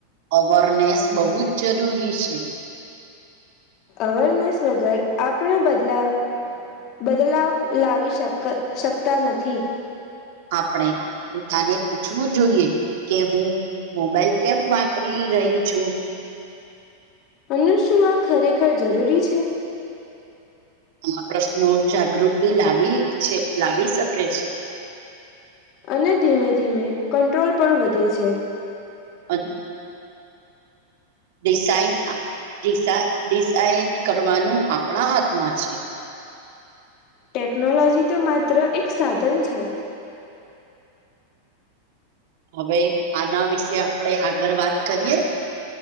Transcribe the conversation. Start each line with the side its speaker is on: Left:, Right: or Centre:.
Right: અવારનેસ બહુ જ જરૂરી છે.
Left: અવેરનેસ વગર આપણે બદલાવ બદલાવ લાવી શક શકતા નથી.
Right: આપણે. પોતાને પૂછવું જોઈએ કે હું મોબાઈલ કેમ વાપરી રહી છું.
Left: અને શું આ ખરેખર જરૂરી છે.
Right: એમાં પ્રશ્નો જાગૃતિ લાવી છે લાવી શકે છે.
Left: અને ધીમે ધીમે કંટ્રોલ પણ વધે છે.
Right: અજ ડિસાઈ અ ડીસા ડિસાઇડ કરવાનું આપણા હાથમાં છે.
Left: ટેકનોલોજી તો માત્ર એક સાધન છે.
Right: હવે આના વિશે આપડે આગળ વાત કરીએ.